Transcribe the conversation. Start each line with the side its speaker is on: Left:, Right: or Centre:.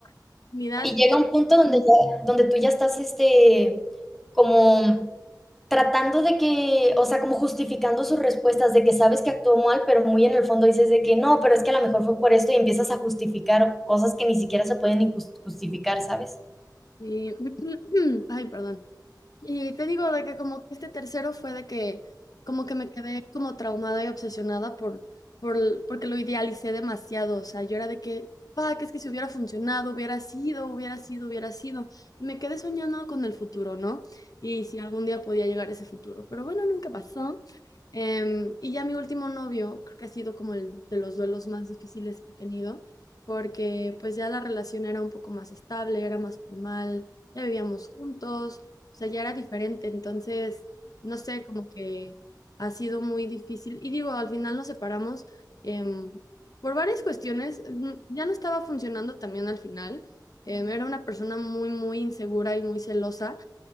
Left: oportunidad
Centre: Y llega un punto donde, ya- donde tú ya estás, este, como tratando de que, o sea, como justificando sus respuestas, de que sabes que actuó mal, pero muy en el fondo dices de que no, pero es que a lo mejor fue por esto y empiezas a justificar cosas que ni siquiera se pueden ni jus- justificar, ¿sabes?
Left: y, <clears throat> ay, perdón. Y te digo de que como que este tercero fue de que como que me quedé como traumada y obsesionada por, por l- porque lo idealicé demasiado, o sea, yo era de que, pa, que es que si hubiera funcionado, hubiera sido, hubiera sido, hubiera sido, y me quedé soñando con el futuro, ¿no? Y si algún día podía llegar ese futuro, pero bueno, nunca pasó. Em, y ya mi último novio, creo que ha sido como el de los duelos más difíciles que he tenido, porque pues ya la relación era un poco más estable, era más formal, ya vivíamos juntos. O sea, ya era diferente. Entonces, no sé, como que ha sido muy difícil. Y digo, al final nos separamos em, por varias cuestiones. Mm, Ya no estaba funcionando también al final. Em, era una persona muy, muy insegura y muy celosa